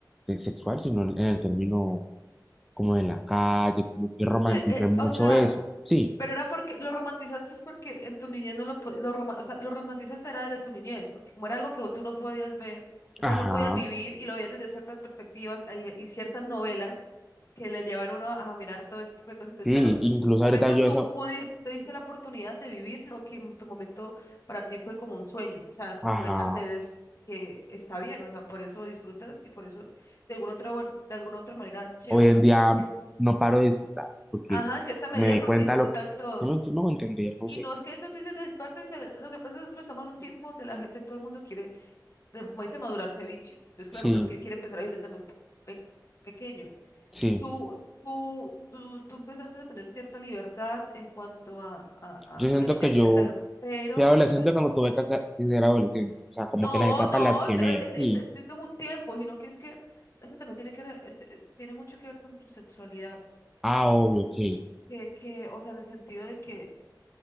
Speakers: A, in the centre; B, on the left.
A: eh, sexual, sino en, en el término como de la calle, como que romanticé
B: Sí, eh,
A: mucho
B: o sea,
A: eso. Sí,
B: Pero era porque lo romantizaste es porque en tu niñez no lo, po- lo, roma- o sea, lo romantizaste era desde tu niñez, porque como era algo que tú no podías ver, o
A: ajá,
B: sea, no podías vivir y lo veías desde ciertas perspectivas y, y ciertas novelas que le llevan a uno a mirar todo ese tipo de cosas. Entonces,
A: sí,
B: claro, en
A: incluso
B: un momento
A: ahorita yo
B: tú
A: eso,
B: pudiste, te diste la oportunidad de vivir lo que en tu momento para ti fue como un sueño, o sea,
A: ajá,
B: poder hacer eso que está bien, o sea, por eso disfrutas y por eso de alguna otra, bueno, de alguna otra manera chévere.
A: hoy en día
B: eh,
A: no paro de disfrutar, porque
B: Ajá, en cierta medida
A: me di
B: porque
A: cuenta
B: disfrutas
A: lo...
B: todo.
A: No me, sí me hago entender, no
B: Y
A: sé.
B: no es que eso te dice de mi parte, se- lo que pasa es que nosotros estamos en un tiempo donde la gente, todo el mundo quiere, de- como dice, madurar ceviche. Entonces, claro,
A: Sí,
B: uno empie- quiere empezar a vivir desde muy pe- pequeño.
A: sí.
B: Tú, tú, tú, tú empezaste a tener cierta libertad en cuanto a, a,
A: Yo siento
B: a, a ya
A: que
B: cierta,
A: yo
B: gr- pero,
A: fui adolescente
B: o sea,
A: cuando tuve que ser que ser adolescente. O sea, como
B: no,
A: que las etapas
B: no,
A: las quemé.
B: es- es- es-
A: Sí.
B: esto, esto es un tiempo, sino que es que eso también tiene que, re- es- eh, tiene mucho que ver con tu sexualidad,
A: Ah, obvio, ok.
B: que, que, o sea, en el sentido de que